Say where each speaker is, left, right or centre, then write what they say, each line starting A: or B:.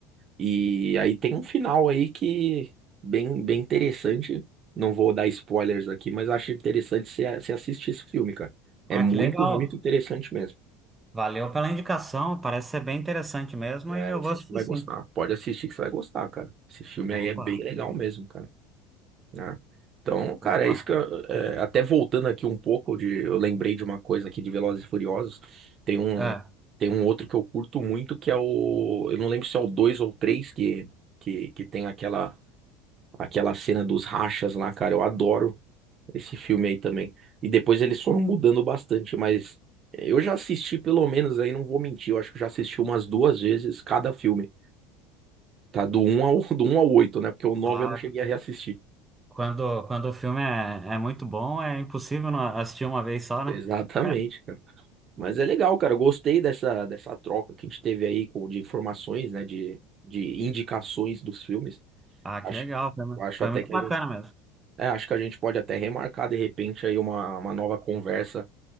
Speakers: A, on the right (about 40°); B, on the right (about 15°).
A: E aí tem um final aí que bem, bem interessante. Não vou dar spoilers aqui, mas acho interessante você você assistir esse filme, cara. É
B: Ah,
A: muito,
B: que legal.
A: muito interessante mesmo.
B: Valeu pela indicação, parece ser bem interessante mesmo
A: É,
B: e eu
A: você
B: vou assistir
A: vai
B: sim.
A: gostar. Pode assistir que você vai gostar, cara. Esse filme aí
B: Opa,
A: é bem legal mesmo, cara. né? Então, cara,
B: opa.
A: é isso que eu, é, até voltando aqui um pouco de, eu lembrei de uma coisa aqui de Velozes e Furiosos. Tem um
B: É,
A: tem um outro que eu curto muito que é o, eu não lembro se é o dois ou o três que que que tem aquela aquela cena dos rachas lá, cara. Eu adoro esse filme aí também. E depois eles foram mudando bastante, mas eu já assisti pelo menos aí, não vou mentir, eu acho que eu já assisti umas duas vezes cada filme. Tá do um ao <laughs> do um ao 8, né? Porque o nove
B: ah,
A: eu não cheguei a reassistir.
B: quando, quando o filme é, é muito bom, é impossível não assistir uma vez só, né?
A: Exatamente,
B: <laughs>
A: cara. Mas é legal, cara. eu Gostei dessa, dessa troca que a gente teve aí com, de informações, né? De, de indicações dos filmes.
B: Ah,
A: Acho,
B: que legal, foi, mu-
A: eu acho
B: foi
A: até
B: muito
A: que
B: bacana
A: a gente.
B: mesmo.
A: É, acho que a gente pode até remarcar de repente aí uma, uma nova conversa,